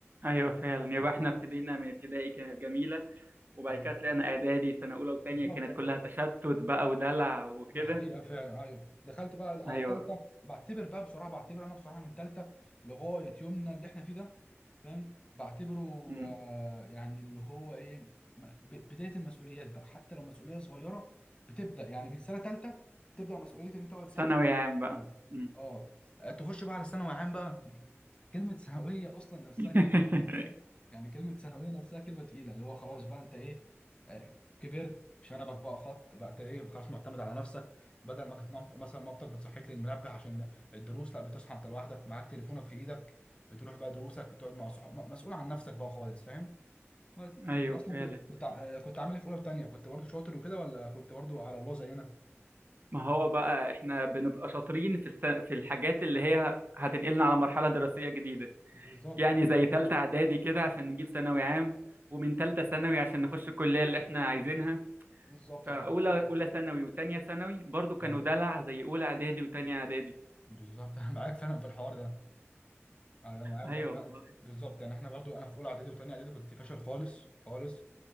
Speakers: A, on the right (about 45°); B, on the left (about 25°).
A: ايوه فعلا يبقى احنا ابتدينا من ابتدائي كانت جميلة وبعد
B: أيوة.
A: كده طلعنا اعدادي سنه اولى وثانيه
B: بالظبط
A: كانت
B: يعني.
A: كلها تشتت بقى ودلع وكده
B: دي حقيقة فعلا أيوه دخلت بقى على
A: ايوه
B: تالتة بعتبر بقى بصراحة بعتبر أنا بصراحة من تالتة لغاية يومنا اللي إحنا فيه ده فاهم بعتبره
A: أمم.
B: آه يعني اللي هو إيه م- ب- بداية المسؤوليات بقى حتى لو مسؤولية صغيرة بتبدأ يعني من سنة تالتة بتبدأ مسؤولية إن أنت بقى تذاكر
A: ثانوي عام بقى
B: ثانوي.
A: أمم.
B: أه تخش بقى على ثانوي عام بقى كلمة سهوية أصلا نفسها
A: <laughs>
B: كلمة تقيلة، فاهم يعني كلمة سهوية نفسها كلمة تقيلة اللي هو خلاص بقى أنت إيه آه، كبرت شنبك بقى خط بقى أنت إيه خلاص معتمد على نفسك بدل ما كانت مامت- مثلا مامتك بتصحيك للمنبه عشان الدروس لا بتصحى أنت لوحدك معاك تليفونك في إيدك بتروح بقى دروسك بتقعد مع صحابك م- مسؤول عن نفسك بقى خالص فاهم بس
A: ايوه
B: أنت أصلا
A: فعلا
B: ك- كنت ع- آه، كنت عامل إيه في أولى وتانية كنت برضه شاطر وكده ولا كنت برضه على الله زينا
A: ما هو بقى احنا بنبقى شاطرين في الس... في الحاجات اللي هي هتنقلنا على مرحله دراسيه جديده
B: بالظبط
A: يعني
B: أنا
A: زي ثالثه اعدادي كده عشان نجيب ثانوي عام ومن ثالثه ثانوي عشان نخش الكليه اللي احنا عايزينها
B: بالظبط
A: فاولى
B: أنا معاك فعلا
A: اولى ثانوي وثانيه ثانوي برضو كانوا
B: أيوه
A: دلع زي اولى اعدادي وثانيه اعدادي
B: بالظبط <laughs> أنا معاك فعلا في الحوار ده آه، انا معاك
A: ايوه
B: برضو أنا-
A: والله
B: بالظبط يعني احنا برضو انا في اولى اعدادي وثانيه اعدادي كنت فاشل خالص خالص